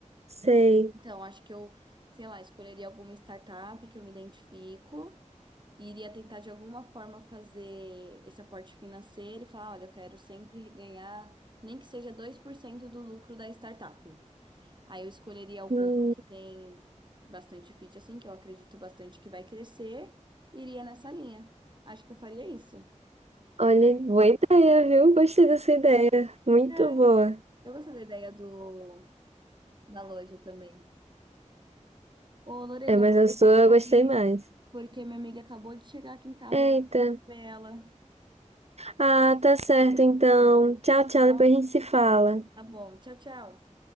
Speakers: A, on the right; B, on the right.
A: sei.
B: Então, acho que eu, sei lá, escolheria alguma startup que eu me identifico e iria tentar de alguma forma fazer esse aporte financeiro e falar, olha, eu quero sempre ganhar nem que seja 2% do lucro da startup. Aí eu escolheria alguma
A: Hum,
B: que tem bastante fit, assim, que eu acredito bastante que vai crescer, e iria nessa linha. Acho que eu faria isso.
A: olha, boa ideia, viu? Gostei dessa ideia. Muito
B: É,
A: boa.
B: eu gosto da ideia do da loja também. Ô, Lorena,
A: É, mas
B: eu vou
A: a
B: ter
A: sua
B: que sair,
A: eu gostei mais.
B: porque minha amiga acabou de chegar aqui em casa,
A: Eita.
B: eu vou receber ela.
A: Ah, tá certo, então. Tchau, tchau.
B: Tá bom,
A: Depois a gente se fala.
B: Tá bom, tchau, tchau.